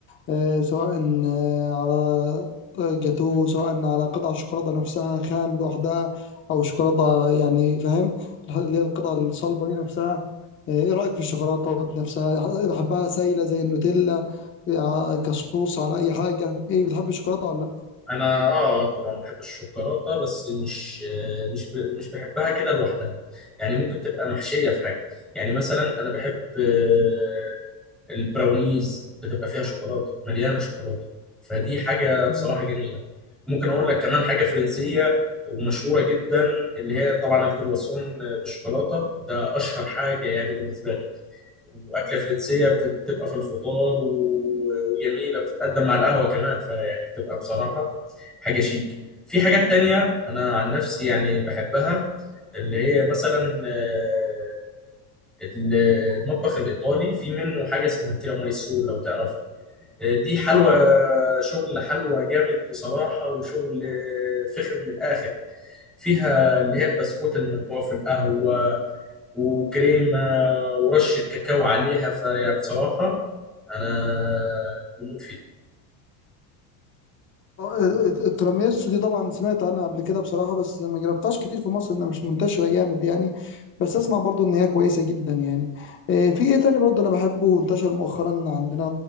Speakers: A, on the left (about 25°); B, in the centre.
A: آه، سواء آه، على جاتو سواء على قطع شوكولاتة نفسها خام لوحدها او شوكولاتة يعني فاهم اللي هي القطع الصلبة دي نفسها آه، ايه رأيك في الشوكولاتة نفسها بحبها سايلة زي النوتيلا يا كصوص على اي حاجه ايه بتحب الشوكولاته ولا لا
B: انا اه آه، طبعا بحب الشوكولاته بس مش آه، مش ب- مش بحبها كده لوحدها يعني ممكن تبقى محشيه في حاجه يعني مثلا انا بحب آه، البراونيز بتبقى فيها شوكولاته مليانه شوكولاته فدي حاجه بصراحه
A: مم.
B: جميله ممكن اقول لك كمان حاجه فرنسيه ومشهوره جدا اللي هي طبعا الكرواسون بالشوكولاته ده اشهر حاجه يعني بالنسبه لي واكله فرنسيه بت- بتبقى في الفطار و- وجميله بتتقدم مع القهوه كمان فيعني بتبقى بصراحه حاجه شيك في حاجات تانية انا عن نفسي يعني بحبها اللي هي مثلا آه، ال- المطبخ الايطالي في منه حاجه اسمها تيراميسو لو تعرفها آه، دي حلوى
A: ع-
B: شغل حلوى جامد بصراحه وشغل آه، فخم من الاخر فيها اللي هي البسكوت المنقوع في القهوة وكريمة ورشة كاكاو عليها فيا بصراحة أنا بموت فيها
A: آه، التراميسو دي طبعا سمعت عنها قبل كده بصراحة بس ما جربتهاش كتير في مصر انها مش منتشرة جامد يعني بس اسمع برضو ان هي كويسة جدا يعني آه، في ايه تاني برضو انا بحبه وانتشر مؤخرا عندنا